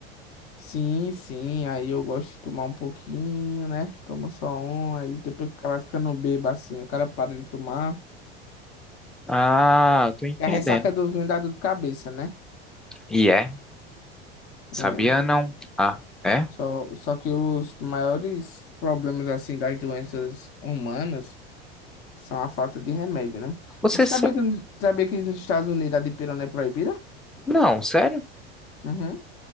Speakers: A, on the left; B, in the centre.
A: Sim, sim, aí eu gosto de tomar um pouquinho, né? Toma só um, aí depois que o cara vai ficando bêbado assim, o cara para de tomar.
B: Ah, tô entendendo.
A: E a ressaca do vinho dá dor de cabeça, né?
B: E é? Sabia
A: É.
B: não? Ah, é?
A: Só, só que os maiores problemas, assim, das doenças humanas são a falta de remédio, né?
B: Você
A: Sabia
B: sa...
A: que, sabia que nos Estados Unidos a dipirona é proibida?
B: Não, sério?
A: Uhum.